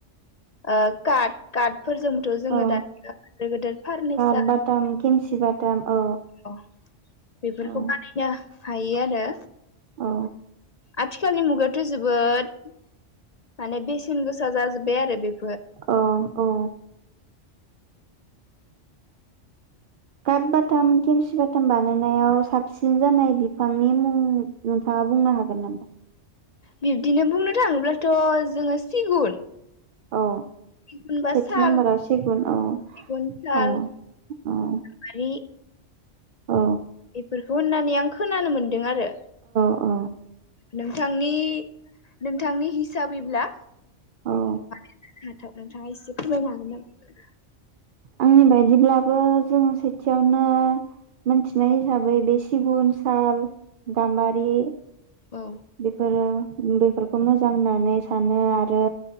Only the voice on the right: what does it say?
औ
काट बाटाम
खेमसि बाटाम औ
औ
औ
अ औ काद बाथाम केमसि बा बाटाम बानायनायाव साबसिन जानाय बिफांनि मुं नोंथाङा बुंनो हागोन नामा?
अ
सेथि
नाम्बाराव सिगुन औ
औ औ।
अ
अ
औ
आंनि बायदिब्लाबो जों सेथियावनो मोनथिनाय हिसाबै बे सिगुन साल गाम्बारि।
बेफोरो बे बेफोरखौ मोजां होननानै सानो आरो